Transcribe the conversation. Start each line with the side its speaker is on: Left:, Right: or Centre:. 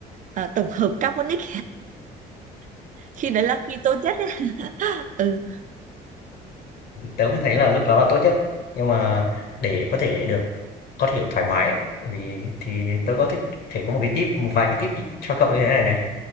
Right: à, tổng hợp carbonic, <laughs> khi đấy là khi tốt nhất ấy. <laughs> Ừ.
Left: tớ cũng thấy là lúc đó là tốt nhất, nhưng mà để có thể được có thể thoải mái ấy, bởi vì thì tớ có thích thể có một cái tip, một vài cái tip cho cậu như thế này này.